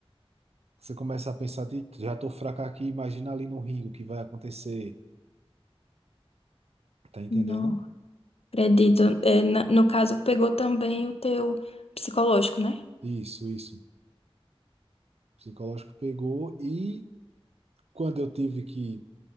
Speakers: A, on the right; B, on the left.
A: Você começa a pensar de, já estou fraco aqui, imagina ali no ringue o que vai acontecer. Tá entendendo?
B: Não, acredito. É, na- no caso, pegou também o teu psicológico, né?
A: Isso, isso. O psicológico pegou e quando eu tive que